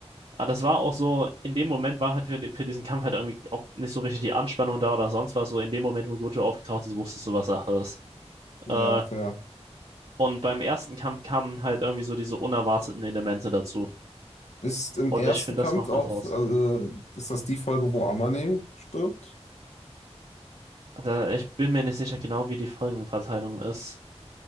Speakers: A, on the right; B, on the left.
A: Aber das war auch so, in dem Moment war halt für, die- für diesen Kampf halt irgendwie auch nicht so richtig die Anspannung da oder sonst was. So in dem Moment, wo Gojo aufgetaucht ist, wusstest du, was Sache ist.
B: ja,
A: Äh,
B: fair.
A: und beim ersten Kampf kamen halt irgendwie so diese unerwarteten Elemente dazu.
B: Ist im
A: Und
B: ersten
A: ich finde,
B: Kampf
A: das macht
B: auch,
A: was aus.
B: so, also, ist das die Folge, wo Amane stirbt?
A: Da, ich bin mir nicht sicher genau, wie die Folgenverteilung ist.